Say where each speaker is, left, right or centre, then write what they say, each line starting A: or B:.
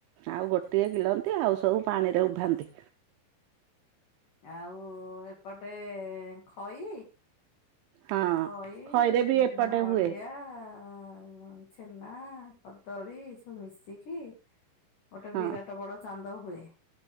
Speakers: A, on the right (about 85°); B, on the left (about 65°).
A: ଆଉ ଗୋଟିଏ ଗିଳନ୍ତି ଆଉ ସଉ ଉ ପାଣିରେ ଉଭାନ୍ତି।
B: ଆଉ ଏପଟେ ଖଇ
A: ହଁ
B: ଖଇ
A: ଖଇରେ ବି ଏପଟେ
B: ନଡ଼ିଆ
A: ହୁଏ
B: ଅ ଛେନା କଦଳୀ ଏ ସବୁ ମିଶିକି ଗୋଟେ
A: ହଁ
B: ବିରାଟ ବଡ଼ ଚାନ୍ଦ ହୁଏ।